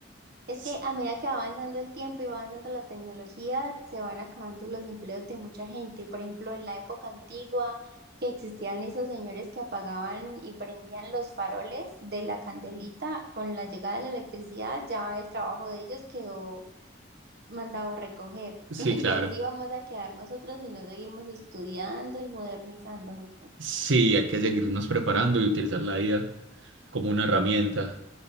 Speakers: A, on the right; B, on the right.
A: es
B: s-
A: que a medida que va avanzando el tiempo y va avanzando la tecnología, se van acabando los empleos de mucha gente. Por ejemplo, en la época antigua, que existían esos señores que apagaban y prendían los faroles de la candelita, con la llegada de la electricidad, ya el trabajo de ellos quedó mandado recoger.
B: sí,
A: <laughs> Y
B: claro.
A: así vamos a quedar nosotros si no seguimos estudiando y modernizándonos.
B: Sí, hay que seguirnos preparando y utilizar la vida como una herramienta.